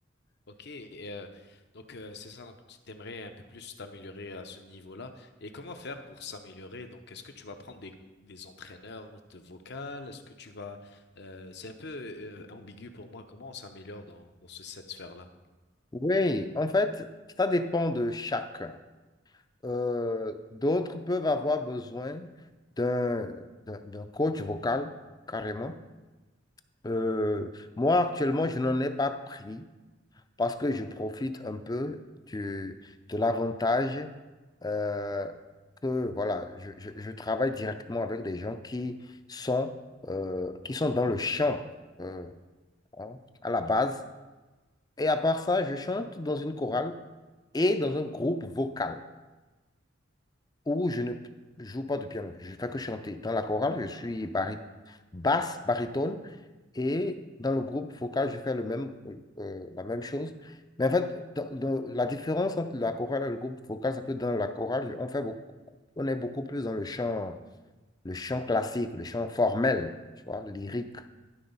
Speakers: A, on the left; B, on the left.
A: Ok, et, euh, donc euh, c'est ça, donc tu t'aimerais un peu plus t'améliorer à ce niveau-là. Et comment faire pour s'améliorer? Donc est-ce que tu vas prendre des, des entraîneurs de vocal? Est-ce que tu vas... euh, c'est un peu euh, ambigu pour moi, comment on s'améliore dans, dans ce, cette sphère-là?
B: Oui, en fait, ça dépend de chacun. Euh, d'autres peuvent avoir besoin d'un d'un- d'un coach vocal, carrément. Euh, moi, actuellement, je n'en ai pas pris parce que je profite un peu du, de l'avantage euh, que, voilà, je, je- je travaille directement avec des gens qui sont, euh, qui sont dans le chant euh, hein, à la base. Et à part ça, je chante dans une chorale et dans un groupe vocal. où je ne joue pas de piano. Je ne fais que chanter. Dans la chorale, je suis bari- basse, baryton, et dans le groupe vocal, je fais le même, euh, la même chose. Mais en fait, dans- dans- la différence entre la chorale et le groupe vocal, c'est que dans la chorale, on fait beaucoup, on est beaucoup plus dans le chant, le chant classique, le chant formel, tu vois, lyrique.